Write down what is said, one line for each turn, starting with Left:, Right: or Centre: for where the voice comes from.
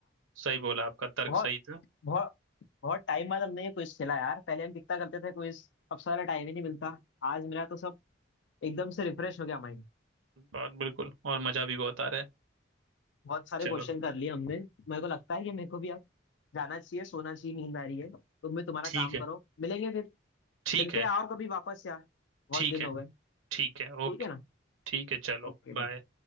Right: सही बोला आपका तर्क
Left: बहुत
Right: सही था
Left: बहुत बहुत टाइम बाद हमने ये क्विज खेला यार पहले हम कितना करते थे क्विज अब सारा टाइम ही नहीं मिलता आज मेरा तो सब एकदम से रिफ्रेश हो गया माइंड
Right: और बिल्कुल और मजा भी बहुत आ रहा है
Left: बहुत सारे
Right: चलो
Left: क्वेश्चन कर लिए हमने मेरे को लगता है कि मेरे को भी अब जाना चाहिए सोना चाहिए नींद आ रही है तुम भी तुम्हारा
Right: ठीक
Left: काम
Right: है
Left: करो मिलेंगे फिर
Right: ठीक
Left: मिलते
Right: है
Left: हैं, आओ कभी वापस यार बहुत
Right: ठीक
Left: दिन
Right: है
Left: हो गए
Right: ठीक है ओके
Left: ठीक है ना
Right: ठीक है चलो
Left: Okay
Right: बाय
Left: done